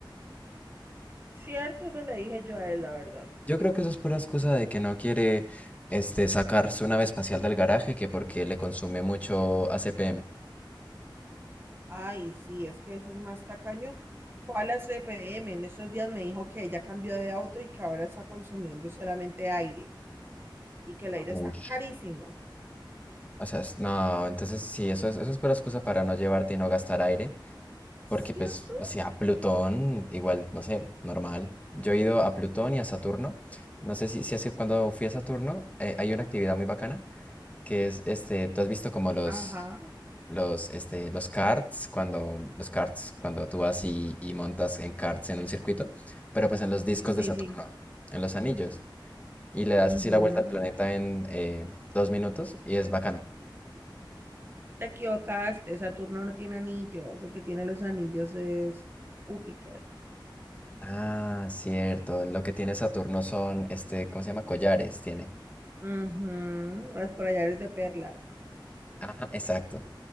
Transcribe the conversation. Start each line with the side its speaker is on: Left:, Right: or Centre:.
Right: Cierto, eso le dije yo a él, la verdad.
Left: Yo creo que eso es pura excusa de que no quiere, este, sacar su nave espacial del garaje, que porque le consume mucho ACPM.
Right: Ay, sí, es que ese es más tacaño. ¿Cuál la C P M En estos días me dijo que ella cambió de auto y que ahora está consumiendo solamente aire y que el aire
Left: Ush.
Right: está carísimo.
Left: O sea, es- no, entonces sí, eso es, eso es pura excusa para no llevarte y no gastar aire,
Right: ¿Cierto?
Left: porque pues, o sea, Plutón, igual, no sé, normal. Yo he ido a Plutón y a Saturno. No sé si, si hace, cuando fui a Saturno, eh, hay una actividad muy bacana que es este, tú has visto como los,
Right: Ajá,
Left: los, este, los karts, cuando, los karts, cuando tú vas y, y montas en karts en un circuito, pero pues en los discos
Right: sí,
Left: de Saturno,
Right: sí.
Left: en los anillos, y le das
Right: Ujú.
Left: así la vuelta al planeta en eh, dos minutos y es bacano.
Right: Te equivocaste, Saturno no tiene anillos, el que tiene los anillos es Júpiter.
Left: Ah, cierto, lo que tiene Saturno son, este, ¿cómo se llama? Collares tiene.
Right: Ujú, Los collares de perlas.
Left: Ajá, exacto.